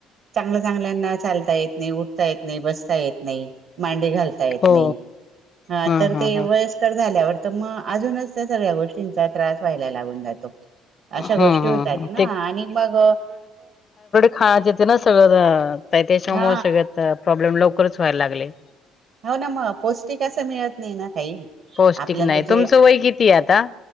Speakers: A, on the right (about 65°); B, on the left (about 40°).
A: चांगल्या चांगल्याना चालता येत नाही उठता येत नाही बसता येत नाही मांडी घालता येत
B: हो
A: नाही येता येत
B: ह
A: नाही तर
B: ह
A: ते
B: ह
A: वयस्कर झाल्यावर तर मग अजूनच त्या सगळ्या गोष्टींचा त्रास व्हायला लागून जातो अशा
B: ह
A: गोष्टी
B: ह
A: होतात
B: ह
A: ना
B: ते
A: आणि मग
B: खायचे ते ना सगळं त्याच्यामुळे
A: हा
B: सगळ प्रॉब्लेम लवकरच व्हायला लागले
A: हो ना मग पौष्टिक असं मिळत नाही ना काही
B: पौष्टिक
A: आपल्याला
B: नाही
A: जे
B: तुमचं वय किती आहे आता?